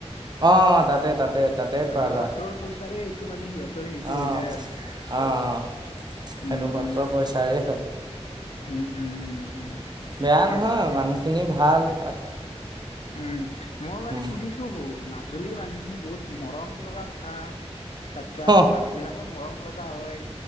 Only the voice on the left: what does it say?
বাকী
সত্ৰৰ পইচাৰে এইটো মানে সিহতৰ সেইটো
হৈ যায় আৰু চব।
উম
উম
উম - উম - উম - উম ঠিকেই
আছে।
উম, মই মানে
শুনিছো বহুত মাছ মাজুলী মানুহখিনি বহুত মৰম লগা কথা বাতা
মানুহ বিলাকো মৰম লগা হয়